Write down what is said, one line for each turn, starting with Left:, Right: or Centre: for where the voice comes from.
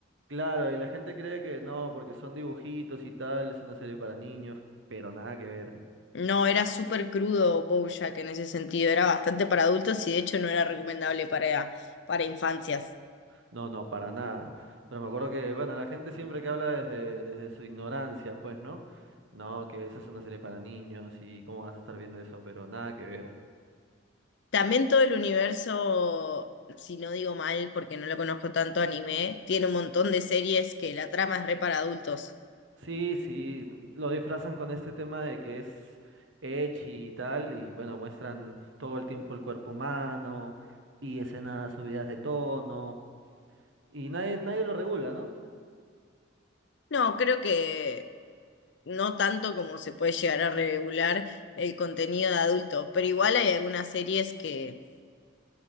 Right: Claro, y la gente cree que no, porque son dibujitos y tal, es una serie para niños, pero nada que ver.
Left: No, era súper crudo BoJack en ese sentido, era bastante para adultos y de hecho no era recomendable para, para infancias.
Right: No, no, para nada. Pero me acuerdo que, bueno, la gente siempre que habla desde, desde su ignorancia, pues, ¿no? No, que esa es una serie para niños y cómo vas a estar viendo eso, pero nada que ver.
Left: También todo el universo, si no digo mal, porque no lo conozco tanto anime, tiene un montón de series que la trama es re para adultos.
Right: Sí, sí, lo disfrazan con este tema de que es ecchi y tal, y bueno, muestran todo el tiempo el cuerpo humano y escenas subidas de tono, y nadie, nadie lo regula, ¿no?
Left: No, creo que no tanto como se puede llegar a regular el contenido de adulto, pero igual hay algunas series que